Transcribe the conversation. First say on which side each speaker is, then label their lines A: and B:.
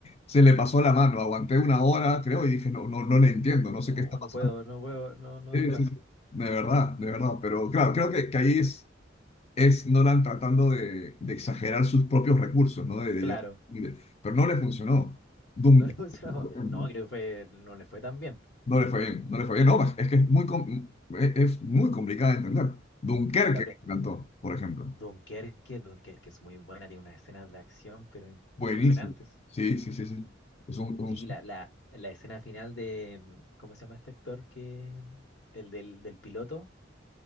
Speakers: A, on the left (about 35°); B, on the left (about 65°).
A: Se le pasó la mano. Aguanté una hora, creo, y dije, no, no, no le entiendo, no
B: No,
A: sé qué está pasando.
B: no puedo, no puedo, no, no
A: Sí,
B: doy más.
A: sí, sí. De verdad, de verdad. Pero claro, creo que, que ahí es, es Nolan tratando de, de exagerar sus propios recursos, ¿no? De, de
B: Claro,
A: llevar- de- pero no le funcionó. Duncan,
B: no le <laughs> funcionó.
A: por ejemplo,
B: No, creo que fue, no le fue tan bien.
A: no le fue bien, no le fue bien. No, es que es muy, com- es, es muy complicada de entender. Dunkerque
B: La pre
A: me encantó, por ejemplo.
B: Dunkerque, Dunkerque es muy buena, tiene unas escenas de acción, pero impresionantes.
A: Buenísimo. Sí, sí, sí, sí. Es un, un-
B: Sí, la, la, la escena final de, mm, ¿cómo se llama este actor que, el del, del piloto?